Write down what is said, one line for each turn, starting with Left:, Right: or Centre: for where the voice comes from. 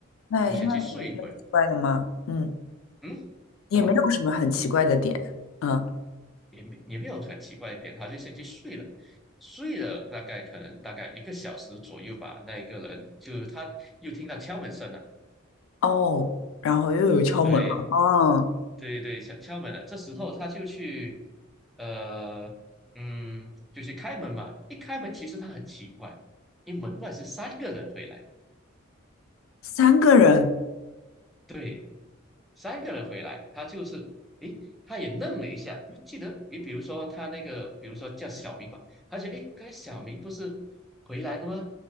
Left: 那那有什么奇怪的吗？
Centre: 就先去睡一会。”
Left: 嗯，
Centre: 嗯，
Left: 也没有什么很奇怪的点。
Centre: 怎么？
Left: 嗯
Centre: 也没也没有很奇怪的点，他就先去睡了，睡了大概可能大概一个小时左右吧。那个人就他又听到敲门声了，
Left: 哦，然后又有敲门了。
Centre: 对
Left: 哦，
Centre: 对对，敲敲门了。这时候他就去，呃，嗯，就去开门嘛。一开门，其实他很奇怪，因为门外是三个人回来，
Left: 三个人。
Centre: 对，三个人回来，他就是，诶，他也愣了一下，就记得你比如说他那个，比如说叫小明吧，他觉得诶，刚才小明不是回来了吗？